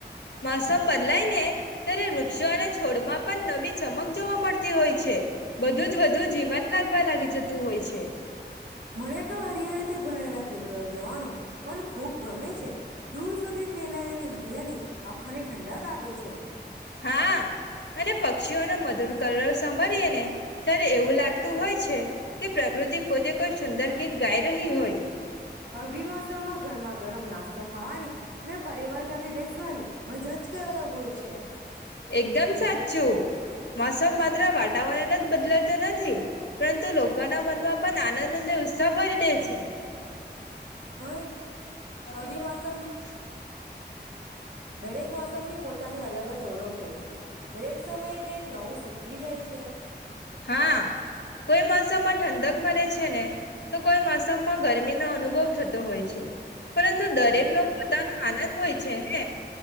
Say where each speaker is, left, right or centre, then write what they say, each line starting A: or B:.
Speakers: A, on the left (about 75°); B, on the right (about 85°).
A: મોસમ બદલાય ને. ત્યારે વૃક્ષો અને છોડમાં પણ નવી ચમક જોવા મળતી હોય છે, બધું જ વધુ જીવન લાગવા લાગી જતું હોય છે.
B: મરે તો હરિયાળથી ભરેલા ખેતરો જવાનો પણ ખૂબ ગમે છે. દૂર સુધી ફેલાયેલી રિયલી આંખો ને ઠંડક આપે છે.
A: હાઆ અને પ પક્ષીઓનો મધુર કલરવ સાંભરીએ ને ત્યારે એવું લાગતું હોય છે કે, પ્રકૃતિ પોતે કોઈ સુંદર ગીત ગાઈ રહી હોય.
B: અવિમાસામાં ઘરમાં ગરમ નાસ્તા તો ખાવા ની અને, પરિવાર સાથે બેસવાની મજા જ કઈ અલગ હોય છે.
A: એકદમ સાચું! મોસમ માત્ર વાતાવરણ જ બદલાતો નથી. પરંતુ, લોકોના મનમાં પણ આનંદ અને ઉત્સાહ બરી દે છે.
B: મન
A: અભી
B: આવી
A: તો
B: મોસમ
A: <inaudible>
B: દરેક મોસમની પોતાની અલગ જ ચોડક <inaudible> હોય છે. દરેક સમયે કંઈક નવું શીખવી જાય છે.
A: હા! કોઈ મોસમ ઠંડક મરે છે ને, તો કોઈ મોસમમાં ગરમીનો અનુભવ થતો હોય છે પરંતુ દરેકનો પોતાનો આનંદ હોય છે ને